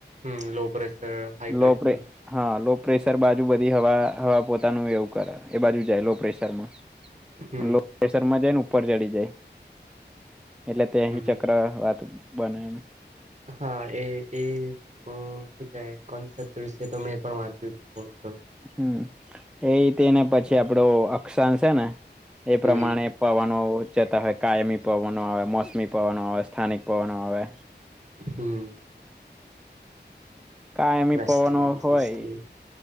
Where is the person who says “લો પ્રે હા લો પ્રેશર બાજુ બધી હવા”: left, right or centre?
Centre